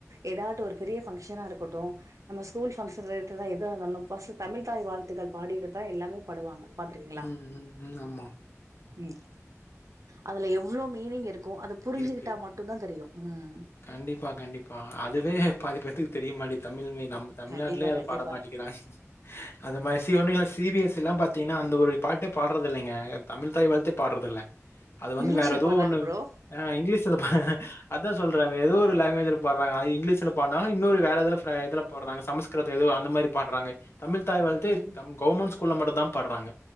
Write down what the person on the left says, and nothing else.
ம் ம் ம் ஆமா
இருக்கு.
கண்டிப்பா கண்டிப்பா அதுவே பாதிப்பேத்துக்கு தெரியமாட்டி தமிழ்மே நம் தமிழ்நாட்லேயே
அத
பாட மாட்டிக்கிறாங் அந்த மாரி சி ஒன்னு இல்ல சி பி எஸ் சி பாத்தீங்னா அந்த ஒரு பாட்டே பாட்றதில்லைங்க தமிழ்த் தாய்வாழ்த்தே பாட்றதில்ல அது வந்து
வேற ஏதோ
ஒண்ணு
அ இங்கிலீஷ்ல ப அதா சொல்றா ஏதோ ஒரு லாங்குவேஜ்ல பாட்றாங்க இங்கிலீஷ்ல பாட்னாலு இன்னொரு வேறேதோல ஃப்ரீ இதுல பாட்றாங்க சமஸ்க் கிருது எதோ அந்த மாரி பாட்றாங்க தமிழ் தாய் வாழ்த்தே
தம் கவுர்மெண்ட் ஸ்கூல்ல மட்டுந்தா பாட்றாங்க